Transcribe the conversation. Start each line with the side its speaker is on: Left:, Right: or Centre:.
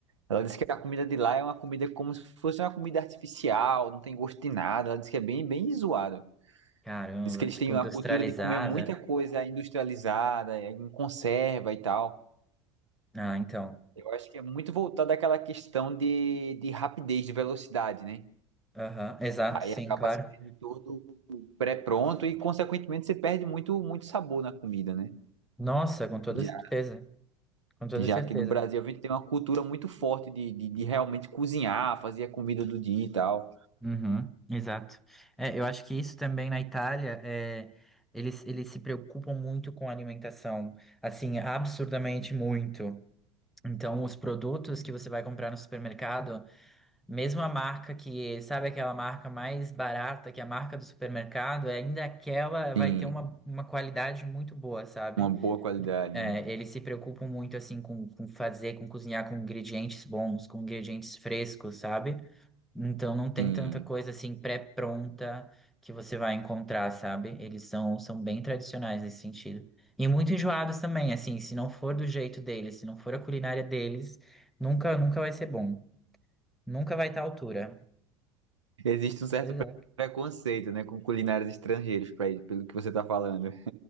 Right: Ela disse que a comida de lá é uma comida como se fosse uma comida artificial, não tem gosto de nada. Ela disse que é bem, bem zoado.
Centre: Caramba,
Right: Diz que eles
Centre: tipo
Right: têm
Centre: industrializada.
Right: uma cultura de comer muita coisa industrializada, em conserva e tal.
Centre: Ah, então.
Right: Eu acho que é muito voltado àquela questão de, de rapidez, de velocidade, né?
Centre: Aham, exato,
Right: Aí
Centre: sim,
Right: acaba
Centre: claro.
Right: se tendo tudo pré-pronto e, consequentemente, você perde muito, muito sabor na comida, né?
Centre: Nossa, com toda
Right: Já,
Centre: certeza. Com toda
Right: já
Centre: certeza.
Right: que no Brasil a gente tem uma cultura muito forte de, de, de realmente cozinhar, fazer a comida do dia e tal.
Centre: Uhum, exato. É, eu acho que isso também na Itália, é, eles, eles se preocupam muito com a alimentação, assim, absurdamente muito. Então, os produtos que você vai comprar no supermercado Mesmo a marca que, sabe aquela marca mais barata, que é a marca do supermercado, é ainda aquela vai
Right: Sim,
Centre: ter uma, uma qualidade muito boa, sabe?
Right: uma boa qualidade,
Centre: Por- é,
Right: né?
Centre: eles se preocupam muito, assim, com, com fazer, com cozinhar com ingredientes bons, com ingredientes frescos, sabe? Então não tem
Right: Sim.
Centre: tanta coisa, assim, pré-pronta que você vai encontrar, sabe? Eles são, são bem tradicionais nesse sentido. E muito enjoados também, assim, se não for do jeito deles, se não for a culinária deles, nunca, nunca vai ser bom. Nunca vai estar à altura.
Right: Existe um certo
Centre: Pois
Right: pre-
Centre: é.
Right: preconceito, né, com culinários estrangeiros, pra, pelo que você tá falando.